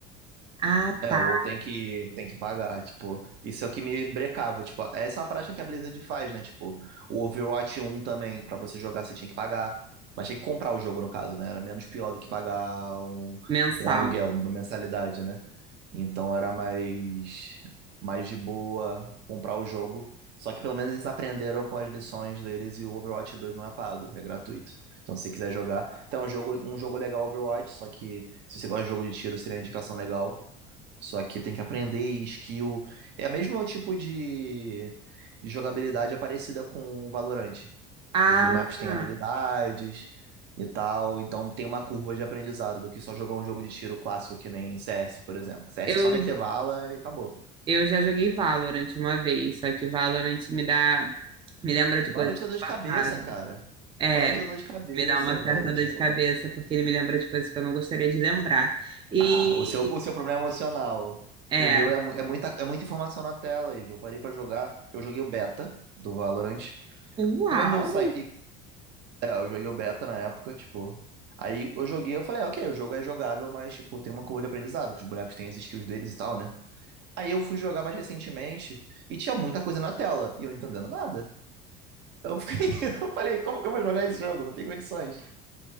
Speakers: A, on the right; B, on the right.
A: ah,
B: É,
A: tá,
B: ou tem que, tem que pagar, tipo, isso é o que me brecava, tipo, essa é uma prática que a Blizzard faz, né, tipo, o Overwatch um também, pra você jogar você tinha que pagar, mas tinha que comprar o jogo no caso, né, era menos pior do que pagar um,
A: mensal.
B: um aluguel, uma mensalidade, né, então era mais, mais de boa comprar o jogo, só que pelo menos eles aprenderam com as lições deles e o Overwatch dois não é pago, é gratuito. Então, se você quiser jogar, então é um jogo, um jogo legal Overwatch, só que se você gosta de jogo de tiro, seria uma indicação legal. Só que tem que aprender skill. É o mesmo tipo de, de jogabilidade é parecida com o Valorant. Tipo,
A: Ah,
B: os bonecos têm habilidades e tal. Então tem uma curva de aprendizado do que só jogar um jogo de tiro clássico que nem CS, por exemplo. CS
A: Eu,
B: é só meter bala e acabou.
A: eu já joguei Valorant uma vez, só que Valorant me dá, me lembra de
B: Valorant
A: coisas
B: dá dor de cabeça,
A: erradas.
B: cara.
A: É,
B: Valorant dá dor de cabeça,
A: me dá uma
B: velho.
A: certa dor
B: Tipo,
A: de cabeça, porque ele me lembra de coisas que eu não gostaria de lembrar. E
B: tá, o seu, o seu problema é emocional.
A: é,
B: O meu é, mu- é muita, é muita informação na tela, Ivo. Eu parei pra jogar. Eu joguei o beta do Valorant.
A: uau!
B: Quando eu saí, Eu joguei o beta na época, tipo. Aí eu joguei, eu falei, "Ah, ok, o jogo é jogável, mas, tipo, tem uma curva de aprendizado, que os bonecos têm as skills deles e tal, né? Aí eu fui jogar mais recentemente e tinha muita coisa na tela e eu entendendo nada. Eu fiquei, <laughs> eu falei, como que eu vou jogar esse jogo? Não tem condições.